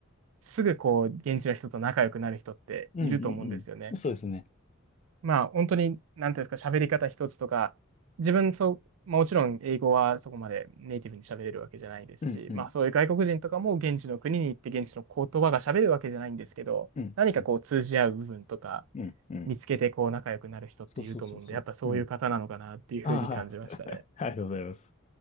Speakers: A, on the right; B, on the left.
A: すぐこう現地の人と仲良くなる人っていると思うんですよね。
B: うん、うん。そうですね。
A: まあ、本当に、なんていうんですか、喋り方一つとか、自分、そう、まあ、もちろん英語はそこまでネイティブに喋れるわけじゃないですし、
B: うん、うん、
A: まあ、そういう外国人とかも現地の国に行って現地の言葉が喋れるわけじゃないんですけど、
B: うん、
A: 何かこう通じ合う部分とか、
B: うん、うん、うん。
A: 見つけてこう仲良くなる人っていると思うんで、
B: そうそうそうそう。
A: やっぱそういう方なのかなっていうふうに感じましたね。
B: うん。ああ、ありがとうございます。